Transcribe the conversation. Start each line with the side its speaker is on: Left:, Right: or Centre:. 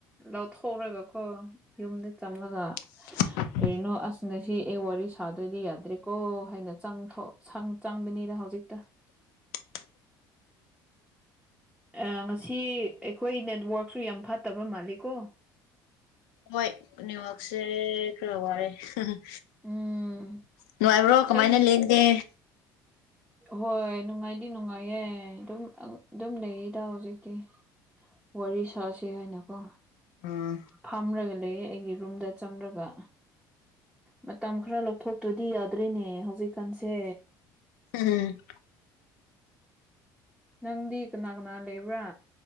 Centre: ꯂꯧꯊꯣꯛꯔꯒꯀꯣ ꯌꯨꯝꯗ ꯆꯪꯉꯒ
Left: <unintelligible>
Centre: ꯀꯔꯤꯅꯣ ꯑꯁ ꯉꯁꯤ ꯑꯦ ꯋꯥꯔꯤ ꯁꯥꯗ꯭ꯔꯗꯤ ꯌꯥꯗ꯭ꯔꯦꯀꯣ ꯍꯥꯏꯅ ꯆꯪ ꯊꯣꯛ ꯁꯪ ꯆꯪꯕꯅꯤꯅ ꯍꯧꯖꯤꯛꯇ꯫
Left: <unintelligible>
Centre: ꯑ ꯉꯁꯤ ꯑꯩꯈꯣꯏ ꯅꯦꯠꯋꯥꯔꯛꯁꯨ ꯌꯥꯝ ꯐꯠꯇꯕ ꯃꯥꯜꯂꯤꯀꯣ꯫
Left: ꯍꯣꯏ ꯅ꯭ꯌꯋꯥꯛꯁꯦ ꯈꯔ ꯋꯥꯔꯦ <unintelligible>
Centre: ꯎꯝ
Left: ꯅꯨꯡꯉꯥꯏꯕ꯭ꯔꯣ ꯀꯃꯥꯏꯅ
Centre: ꯑꯩ
Left: ꯂꯦꯟꯒꯦ
Centre: ꯍꯣꯏ ꯅꯨꯡꯉꯥꯏꯗꯤ ꯅꯨꯡꯉꯥꯏꯌꯦ ꯑꯗꯨꯝ ꯑꯗꯨꯝ ꯂꯩꯔꯤꯗ ꯍꯧꯖꯤꯛꯇꯤ ꯋꯥꯔꯤ ꯁꯥꯁꯤ ꯍꯥꯏꯅꯀꯣ
Left: ꯎꯝ
Centre: ꯐꯝꯔꯒ ꯂꯩꯌꯦ ꯑꯩꯒꯤ ꯔꯨꯝꯗ ꯆꯪꯔꯒ ꯃꯇꯝ ꯈꯔ ꯂꯧꯊꯣꯛꯇ꯭ꯔꯗꯤ ꯌꯥꯗ꯭ꯔꯦꯅꯦ ꯍꯧꯖꯤꯛꯀꯥꯟꯁꯦ
Left: ꯎꯝ
Centre: ꯅꯪꯗꯤ ꯀꯅꯥ ꯀꯅꯥ ꯂꯩꯕ꯭ꯔꯥ